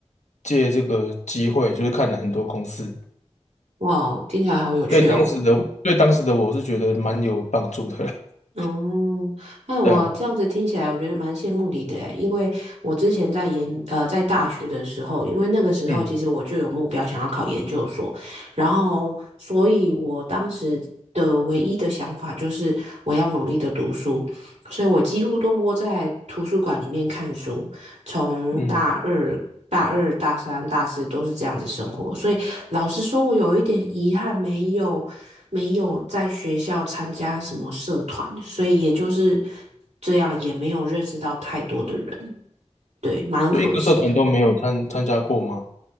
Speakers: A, on the left; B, on the right.
A: 借这个机会，就是看了很多公司。
B: 哇哦，听起来好有趣哦！
A: 对当时的对当时的我是觉得蛮有帮助的了。<laughs>
B: 哦，那我这样子听起来，
A: 对啊，
B: 我觉得蛮羡慕你的诶因为我之前在研呃在大学的时候，因为那个时候其实我就有目标想要考研究所，
A: 嗯
B: 然后所以我当时的唯一的想法就是我要努力的读书，所以我几乎都窝在图书馆里面看书，从大二、
A: 嗯，
B: 大二、大三、大四都是这样子生活，所以老实说，我有一点遗憾，没有没有在学校参加什么社团，所以也就是这样，也没有认识到太多的人，对，蛮可惜的。
A: 就一个社团都没有参参加过吗？